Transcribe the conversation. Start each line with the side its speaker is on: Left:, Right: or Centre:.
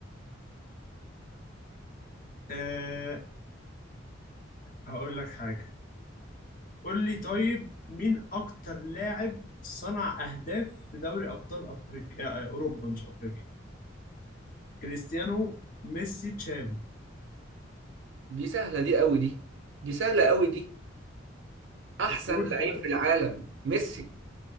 Left: آه هقول لك حاجه قول لي طيب مين اكتر لاعب صنع اهداف في دوري ابطال افريقيا آه آه، اوروبا مش افريقيا كريستيانو ميسي تشافي
Right: دي سهلة دي قوي دي دي سهلة قوي دي احسن
Left: قول طيب
Right: لعيب في العالم ميسي